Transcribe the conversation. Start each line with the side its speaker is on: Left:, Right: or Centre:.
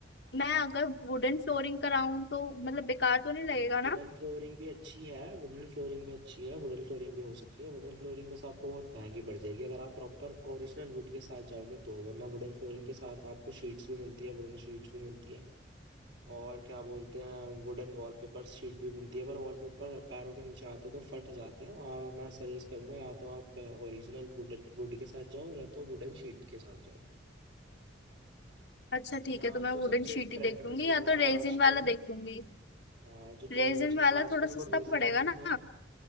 Left: मैं अगर वुडन फ्लोरिंग कराऊं तो मतलब बेकार तो नहीं लगेगा ना
Right: वुडन फ्लोरिंग भी अच्छी है वुडन फ्लोरिंग भी अच्छी है वुडन फ्लोरिंग भी हो सकती है वुडन फ्लोरिंग बस आपको बहुत महंगी पड़ जाएगी अगर आप प्रॉपर ओरिजिनल वुड के साथ जाओगे तो वरना वुडन फ्लोरिंग के साथ आपको शीट्स भी मिलती है वुडन शीट्स भी मिलती है और क्या बोलते हैं वुडन वॉलपेपर शीट भी मिलती है पर वॉलपेपर पैरों के नीचे आते हैं तो फट जाते हैं और मैं सजेस्ट करूंगा या तो आप ओरिजिनल वुडन वुड के साथ जाओ या तो वुडन शीट के साथ जाओ
Left: अच्छा
Right: वरना
Left: ठीक है तो मैं
Right: जो सबसे
Left: वुडन शीट
Right: ट्रेंड
Left: ही देख लूंगी
Right: में चल
Left: या
Right: रहा
Left: तो
Right: है
Left: रेजिन
Right: आजकल
Left: वाला देख लूंगी
Right: आ, जो
Left: रेजिन
Right: ट्रेंड में चल
Left: वाला
Right: रहा है आजकल
Left: थोड़ा सस्ता
Right: वो रेजिन
Left: पड़ेगा
Right: ही
Left: ना
Right: है